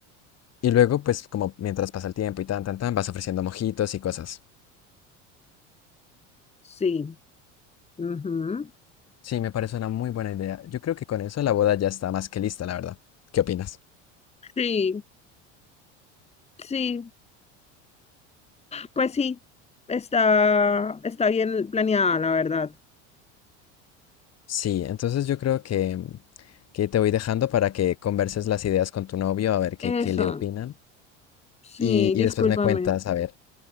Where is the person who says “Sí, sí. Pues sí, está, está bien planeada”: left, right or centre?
Left